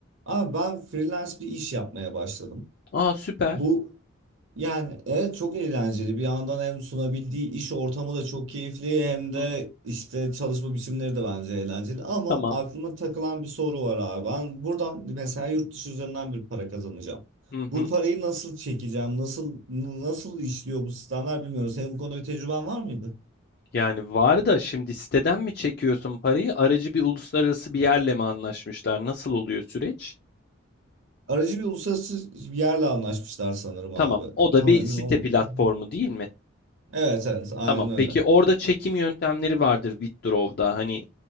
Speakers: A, on the right; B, on the left.
A: Abi ben freelance bir iş yapmaya başladım.
B: Aa süper.
A: Bu yani evet çok eğlenceli. Bir yandan hem sunabildiği iş ortamı da çok keyifli hem de
B: Hı hı,
A: işte çalışma biçimleri de bence eğlenceli. Ama
B: tamam.
A: aklıma takılan bir soru var abi. Ben buradan mesela yurt dışı üzerinden bir para kazanacağım.
B: Hı hı.
A: Bu parayı nasıl çekeceğim? Nasıl nasıl işliyor bu sistemler bilmiyorum. Senin bu konuda bir tecrüben var mıydı?
B: Yani var da şimdi siteden mi çekiyorsun parayı? Aracı bir uluslararası bir yerle mi anlaşmışlar? Nasıl oluyor süreç?
A: Aracı bir uluslararası bir yerle anlaşmışlar sanırım
B: Tamam.
A: abi.
B: O da
A: Tam
B: bir
A: emin
B: site
A: olmadım.
B: platformu değil mi?
A: Evet evet aynen
B: Tamam.
A: öyle.
B: Peki orada çekim yöntemleri vardır Withdraw'da. Hani